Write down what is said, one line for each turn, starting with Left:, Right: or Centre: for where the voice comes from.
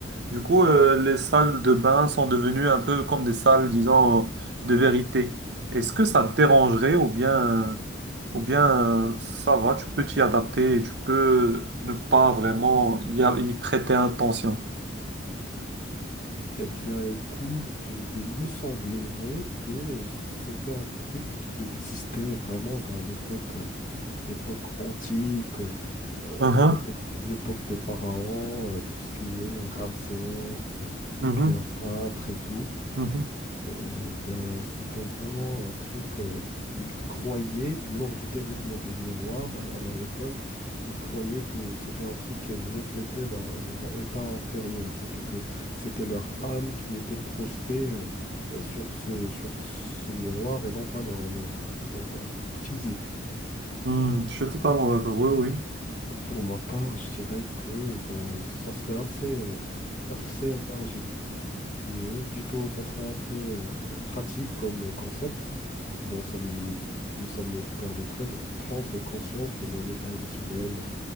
Right: Du coup, euh,
Left: Mhm.
Right: les salles de bain sont devenues un peu comme des salles, disons, de vérité. Est-ce que ça te dérangerait ou bien, euh, ou bien euh, ça va, tu peux t'y adapter et tu peux ne pas vraiment y, a- y prêter attention?
Left: Eh bien, écoute, euh, ben, il me semblerait que c'était un truc qui existait vraiment dans l'époque, euh, l'époque antique, euh, euh,
Right: Mhm,
Left: l'époque, l'époque des pharaons, euh, tout ce qui est Ramsès, euh,
Right: mhm,
Left: Cléopâtre et tout.
Right: mhm.
Left: Euh, ben, c'était vraiment un truc. euh, ils croyaient, lors du développement des miroirs à, à leur époque, ils croyaient que c'était un truc qui reflétait leur, leur état intérieur. C'était que c'était leur âme qui était projetée euh, euh, sur ce, sur ce miroir et non pas leur, leur, euh, leur, euh, physique.
Right: Hmm, je suis totalement d'accord, oui, oui.
Left: Pour ma part, je dirais que ben, ça serait assez, euh, assez ingénieux mieux. Plutôt, ça serait assez euh, pratique comme euh, concept. Ben, ça me, ça me permettrait de prendre conscience de mon état émotionnel